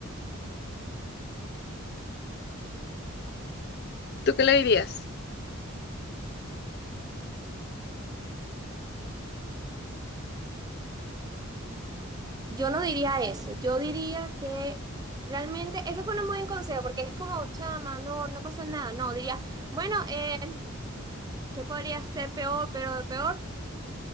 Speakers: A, on the left (about 50°); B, on the right (about 20°).
A: ¿Tú qué le dirías?
B: Yo no diría eso, yo diría que realmente, eso fue un muy buen consejo, porque es como, chama, no, no pasó nada, no, diría, bueno, eh, ¿qué podría ser peor, peor, peor?